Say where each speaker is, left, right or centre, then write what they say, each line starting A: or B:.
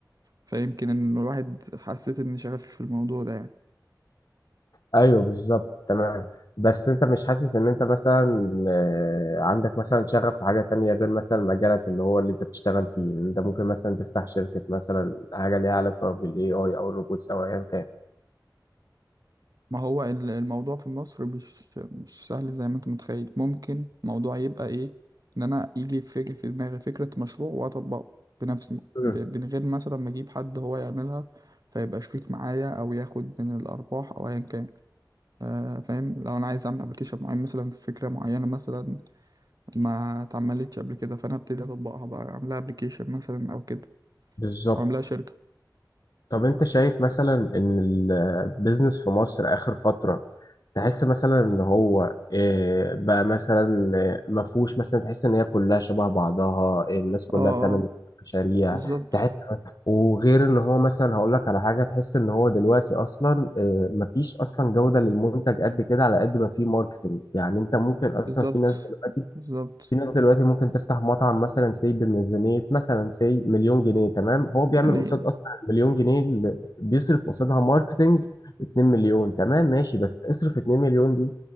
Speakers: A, on the right; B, on the left.
A: فيمكن ان الواحد حسيت ان شغفي في الموضوع ده يعني
B: ايوه بالظبط تمام بس انت مش حاسس ان انت مثلا آه، عندك مثلا شغف لحاجة تانية غير مثلا مجالك اللي هو اللي انت بتشتغل فيه إن انت ممكن مثلا تفتح شركة مثلا حاجة ليها علاقة بالاي اي او الروبوتس او ايا كان
A: ما هو ال- الموضوع في مصر مش مش سهل زي ما انت متخيل ممكن موضوع يبقى ايه ان انا يجي في في دماغي فكرة مشروع واطبقه بنفسي
B: مم.
A: ب- من غير مثلا ما اجيب حد هو يعملها فيبقى شريك معايا او ياخد من الارباح او ايا كان آه، فاهم لو انا عايز اعمل ابلكيشن معين مثلا في فكرة معينة مثلا ما اتعملتش قبل كده فانا ابتدي اطبقها بقى اعملها ابلكيشن مثلا او كده
B: بالظبط
A: او اعملها شركة
B: طب انت شايف مثلا ان البيزنس في مصر اخر فترة تحس مثلا ان هو آه، بقى مثلا آه، مفهوش مثلا تحس ان هي كلها شبه بعضها الناس كلها
A: اه اه
B: بتعمل نفس المشاريع
A: بالظبط
B: تحس وغير ان هو مثلا هقول لك على حاجة تحس ان هو دلوقتي اصلا آه، مفيش اصلا جودة للمنتج قد كده على قد ما فيه ماركتنج يعني انت ممكن اصلا
A: بالظبط
B: في ناس دلوقتي
A: بالظبط
B: في ناس دلوقتي ممكن تفتح مطعم مثلا سي بميزانية مثلا سي مليون جنيه تمام هو بيعمل
A: يعني
B: قصاد أصلا مليون جنيه اللي بيصرف قصادها ماركتينج 2 مليون تمام ماشي بس اصرف 2 مليون دي